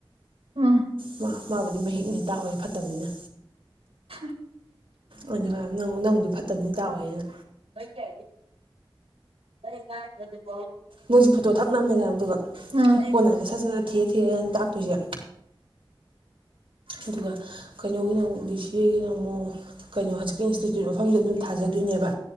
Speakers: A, on the right (about 80°); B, on the right (about 65°).
A: ꯑꯝ
B: ꯃꯥ ꯃꯥꯕꯨꯗꯤ ꯃꯍꯤꯛꯅꯦ ꯇꯥꯛꯑꯣꯏ ꯐꯠꯇꯕꯅꯤꯅ
A: ꯎ
B: ꯑꯩꯅ ꯅꯪꯕꯨꯗꯤ ꯐꯠꯇꯕꯅ ꯇꯥꯎꯋꯦꯅ
A: ꯍ ꯀꯦ ꯑꯩ ꯍꯥꯏ
B: ꯃꯣꯏꯁꯨꯦ ꯐꯣꯇꯣ ꯊꯛ ꯅꯝꯃꯦꯗ ꯑꯗꯨꯒ
A: ꯎꯝ
B: ꯑꯣꯟꯂꯥꯏꯟꯁꯦ ꯁꯠ ꯁꯠ ꯁꯠ ꯊꯤꯔꯦ ꯊꯤꯔꯦ ꯍꯥꯏꯅ ꯇꯥꯛꯇꯣꯏꯁꯦ ꯑꯗꯨꯒ ꯀꯩꯅꯣꯒꯤꯅ ꯑꯃꯨꯛ ꯗꯤ ꯁꯤ ꯑꯦꯒꯤꯅ ꯑꯃꯨꯛ ꯀꯩꯅꯣ ꯍꯧꯖꯤꯛꯀꯤ ꯏꯟꯁꯇꯤꯇ꯭ꯌꯨꯠ ꯃꯐꯝꯗ ꯑꯗꯨꯝ ꯊꯥꯖꯗꯣꯏꯅꯦꯕ